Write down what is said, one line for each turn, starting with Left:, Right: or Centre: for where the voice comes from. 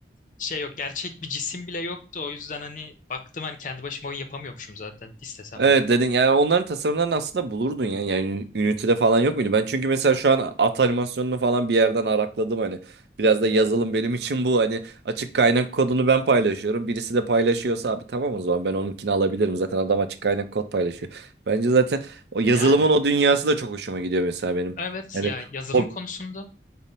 Left: Şey yok gerçek bir cisim bile yoktu. O yüzden hani baktım hani kendi başıma oyun yapamıyormuşum zaten istesem
Right: Evet
Left: de.
Right: dedin yani onların tasarımlarını aslında bulurdun yani Yani Unity'de falan yok muydu? Ben çünkü mesela şu an at animasyonunu falan bir yerden arakladım hani. Biraz da yazılım benim için bu hani açık kaynak kodunu ben paylaşıyorum. Birisi de paylaşıyorsa abi tamam o zaman ben onunkini alabilirim. Zaten adam açık kaynak kod paylaşıyor. Bence zaten o yazılımın
Left: Yani
Right: o dünyası da çok hoşuma gidiyor mesela benim.
Left: evet
Right: Yani
Left: ya yazılım
Right: o
Left: konusunda.